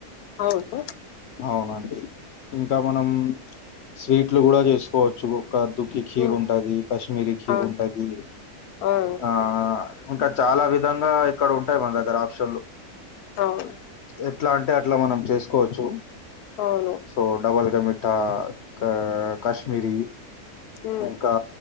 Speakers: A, on the left; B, on the left.
A: అవును
B: అవునండి ఇంకా మనం స్వీట్లు కూడా చేసుకోవచ్చు ఓక దుక్కి ఖీర్
A: ఉమ్
B: ఉంటది కశ్మీరీ ఖీర్
A: అవును
B: ఉంటది
A: అవును
B: ఆ ఇంకా చాలా విధంగా ఇక్కడ ఉంటాయి మన దగ్గర ఆప్షన్లు
A: అవును
B: ఎట్లా అంటే అట్లా మనం చేసుకోవచ్చు
A: అవును
B: ఓ డబల్ క మిఠా క కశ్మీరి
A: ఉమ్
B: ఇంకా